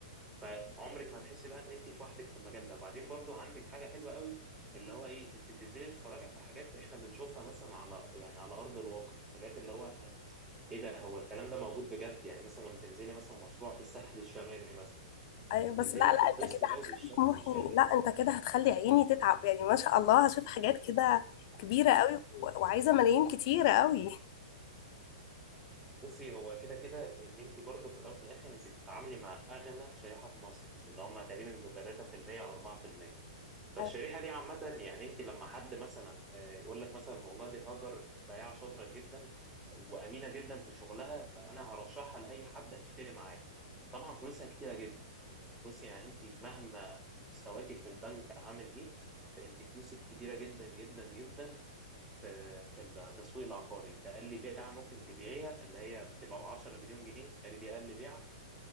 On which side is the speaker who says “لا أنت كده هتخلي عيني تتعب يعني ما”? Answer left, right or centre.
Left